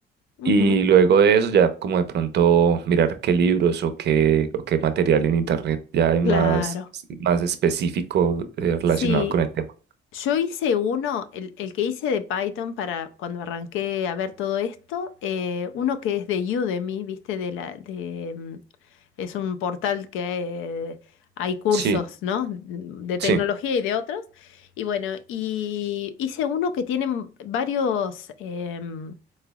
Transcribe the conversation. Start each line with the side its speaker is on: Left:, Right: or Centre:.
Left: Ujú.
Right: Y luego de eso ya como de pronto mirar qué libros o qué, o qué material en internet ya hay más,
Left: Claro.
Right: más específico eh, relacionado
Left: Sí,
Right: con el tema.
Left: yo hice uno, el, el que hice de Python para cuando arranqué a ver todo esto, eh, uno que es de Udemy, ¿viste? De la, de, mm, es un portal que eh, hay cursos,
Right: Sí,
Left: ¿no? De tecnología
Right: sí,
Left: y de otros. Y bueno, y hice uno que tiene varios, em,